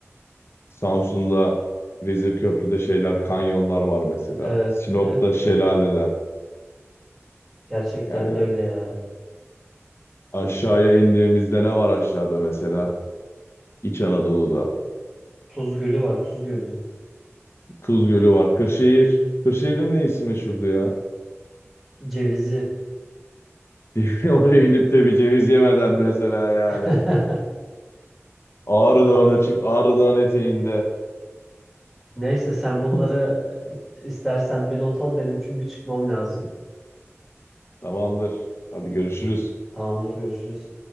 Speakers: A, on the left; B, in the centre.
A: Samsun'da Vezirköprü'de şeyler, kanyonlar var mesela.
B: Evet
A: Sinop'ta
B: evet
A: şelaleler.
B: gerçekten
A: Yani
B: de öyle ya.
A: aşağıya indiğimizde ne var aşağıda mesela? İç Anadolu'da.
B: Tuz Gölü var Tuz Gölü.
A: Tuz Gölü var. Kırşehir. Kırşehir'in neyisi meşhurdu ya?
B: Cevizi.
A: <laughs> Oraya gidip de bir ceviz yemeden mesela yani.
B: <laughs>
A: Ağrı Dağı'na çık, Ağrı Dağı'nın eteğinde.
B: Neyse sen bunları
A: <laughs>
B: istersen bir not al benim çünkü çıkmam lazım.
A: Tamamdır. Hadi görüşürüz.
B: Tamamdır görüşürüz.